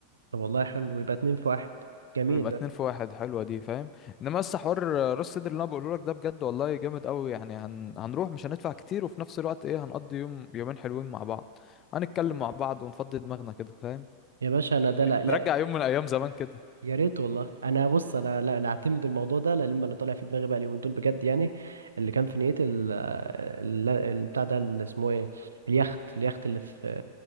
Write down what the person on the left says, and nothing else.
ونبقى
اتنين في واحد حلوة دي فاهم انما بس حوار راس سدر اللي انا بقوله لك ده بجد والله جامد قوي يعني هن... هنروح مش هندفع كتير وفي نفس الوقت ايه هنقضي يوم يومين حلوين مع بعض هنتكلم مع بعض ونفضي دماغنا كده فاهم
نرجع يوم من ايام زمان كده